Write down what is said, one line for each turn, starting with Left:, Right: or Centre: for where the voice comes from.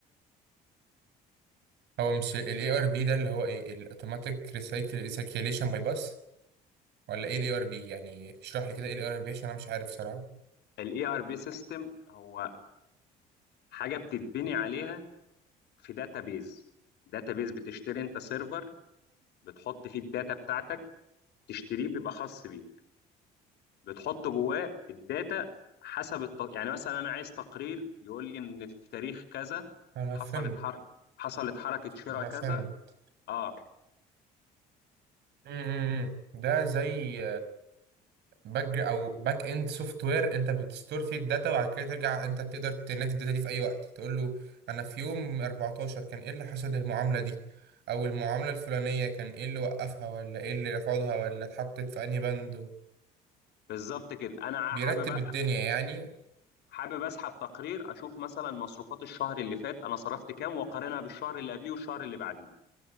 Right: هو مش ال ARB ده اللي هو ايه ال Automatic Recycle- Recirculation by Bus ولا ايه الاي ار بي يعني اشرح لي كده ايه الاي ار بي عشان انا مش عارف صراحة
Left: الاي ار بي سيستم هو حاجه بتتبني عليها في داتابيز داتابيز بتشتري انت سيرفر بتحط فيه الداتا بتاعتك تشتريه بيبقى خاص بيك بتحط جواه الداتا حسب الت... يعني مثلا انا عايز تقرير يقول لي ان في تاريخ كذا
Right: انا
Left: حصلت
Right: فهمت
Left: حر... حصلت حركه شراء
Right: انا
Left: كذا
Right: فهمت
Left: اه
Right: امم ده زي باك او باك اند سوفت وير انت بتستور فيه الداتا وبعد كده ترجع انت تقدر تنادي الداتا دي في اي وقت تقول له انا في يوم 14 كان ايه اللي حصل للمعاملة دي او المعاملة الفلانية كان ايه اللي وقفها ولا ايه اللي رفضها ولا اتحطت في انهي بند و-
Left: بالظبط كده انا
Right: بيرتب
Left: حابب
Right: الدنيا يعني
Left: حابب اسحب تقرير اشوف مثلا مصروفات الشهر اللي فات انا صرفت كام واقارنها بالشهر اللي قبليه والشهر اللي بعديه